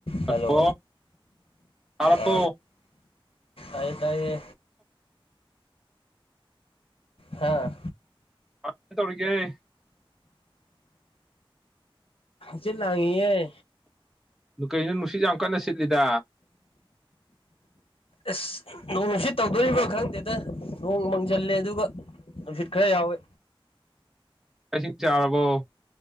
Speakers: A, in the centre; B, on the left.
A: ꯍꯜꯂꯣ
B: hello
A: ꯇꯥꯔꯕꯣ
B: ꯑ ꯇꯥꯏꯌꯦ ꯇꯥꯏꯌꯦ ꯍꯥꯥ
A: ꯑ ꯇꯧꯔꯒꯦ
B: ꯆꯠ ꯂꯥꯡꯉꯌꯦ
A: ꯀꯩꯅꯣ ꯅꯨꯡꯁꯤꯠ ꯌꯥꯝ ꯀꯟꯅ ꯁꯤꯠꯂꯤꯗ
B: ꯑꯁ ꯅꯣꯡꯁꯤꯠ ꯇꯧꯗꯣꯔꯤꯕꯥ ꯈꯪꯗꯦꯗ ꯅꯣꯡ ꯃꯪꯁꯤꯜꯂꯦ ꯑꯗꯨꯒ ꯅꯨꯡꯁꯤꯠ ꯈꯔ ꯌꯥꯎꯋꯦ
A: <inaudible> ꯁꯤꯡ ꯆꯥꯔꯕꯣ